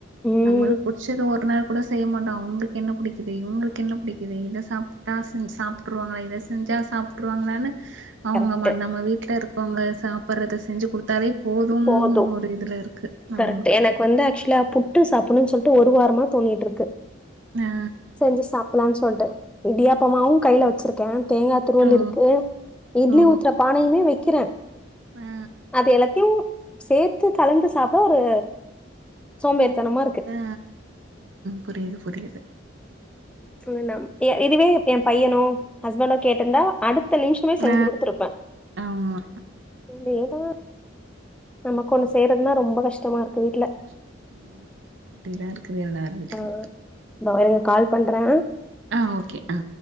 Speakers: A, in the centre; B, on the right.
A: உம்
B: நம்மளுக்கு புடிச்சத ஓர் நரோ கூட செய்ய மாட்டோ அவுங்களுக்கு என்ன பிடிக்குது இங்களுக்கு என்ன பிடிக்குது இத சாப்டா செஞ்சு சாப்ட்டுருவாங்ல இத செஞ்சா சாப்ட் ட்ருவாங்களானு அவங்க
A: கரெக்ட்
B: ம நம்ம வீட்டில் இருக்கோங்க சாப்றத செஞ்சு கொடுத்தாலே போதுனு
A: போதும்
B: ஒரு இதில இருக்கு நம்மளுக்கு
A: கரெக்ட். எனக்கு வந்து ஆக்சுலா புட்டு சாப்புணுன்னு சொல்ட்டு ஒரு வாரமா தோணிட்டு இருக்கு
B: ஆ
A: செஞ்சு சாப்பலனு சொல்ட்டு இடியாப்பமாவு கையில வச் வச்சிருக்க தேங்கா துருவள்
B: ஓ
A: இருக்கு இட்லி
B: ஓ
A: ஊத்துற பானையுமே வைக்கிறேன்
B: ஆ ஆ
A: அது எல்லா சேர்த்து கலந்து சாப்ட ஒரு சோம்பேறித்தனமா இருக்கு
B: ஆ ஆ புரியுது புரியுது
A: சுதனம் இதுவே எ பையனோ ஹஸ்பண்டோ கேட்ருந்தா அடுத்த நிமிஷமே செஞ்சு
B: ஆ
A: கொடுத்துருப்ப
B: ஆமா
A: வேர எது நமக்கு ஒண்ணு செய்யறதுன்னா ரொம்ப கஷ்டமா இருக்கு வீட்டுல
B: கஷ் ஆமா அப்டிதா இருக்குது எல்லார் வீட்லயு
A: ஆ இதோ இருங்க கால் பண்றே
B: ஆ ஓகே ஆ